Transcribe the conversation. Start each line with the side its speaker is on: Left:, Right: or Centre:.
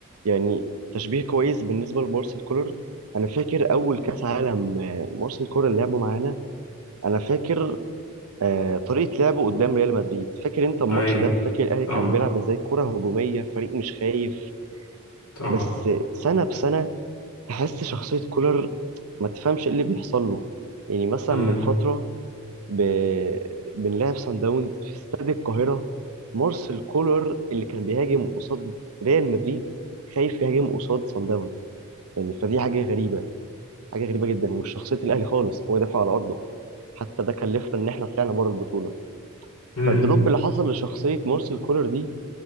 Right: يعني تشبيه كويس بالنسبه لمارسيل كولر انا فاكر اول كاس عالم آه، مارسيل كولر لعبه معانا انا فاكر آه طريقه لعبه قدام ريال مدريد فاكر انت الماتش
Left: اي
Right: ده فاكر الاهلي
Left: طبعا
Right: كان بيلعب ازاي كره هجوميه فريق مش خايف
Left: طبعا
Right: بس سنه بسنه تحس شخصية كولر ما تفهمش ايه اللي بيحصل له يعني مثلا
Left: امم
Right: من فترة ب... بنلعب سان داونز في استاد القاهرة مارسيل كولر اللي كان بيهاجم قصاد ريال مدريد خايف يهاجم قصاد سان داونز يعني فدي حاجة غريبة حاجة غريبة جدا ومش شخصية الأهلي خالص هو دافع على أرضه حتى ده كلفنا إن إحنا طلعنا بره البطولة
Left: امم
Right: فالدروب اللي حصل لشخصية مارسيل كولر دي